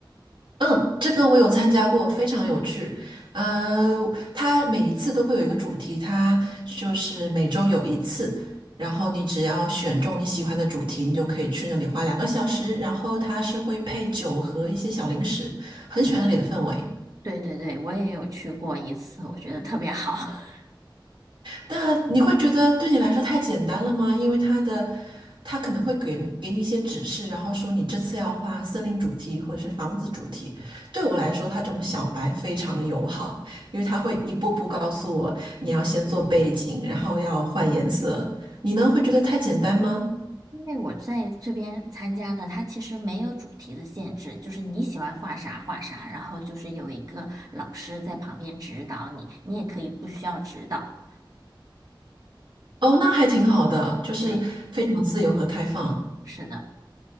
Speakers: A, on the right; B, on the right.
A: 嗯，这个我有参加过，非常有趣。呃，它每一次都会有一个主题，它就是每周有一次，然后你只要选中你喜欢的主题，你就可以去那里花两个小时，然后它是会配酒和一些小零食，很喜欢那里的氛围。
B: 对对对，我也有去过一次，我觉得特别好。<laughs>
A: 那你会觉得对你来说太简单了吗？因为他的他可能会给你给你一些指示，然后说你这次要画森林主题或者是房子主题。对我来说，他这种小白非常友好，因为他会一步步告诉我你要先做背景，然后要换颜色。你呢，会觉得太简单吗？
B: 因为我在这边参加的，它其实没有主题的限制，就是你喜欢画啥画啥，然后就是有一个老师在旁边指导你，你也可以不需要指导。
A: 哦，那还挺好的，就是非常自由和开放。
B: 对，是的，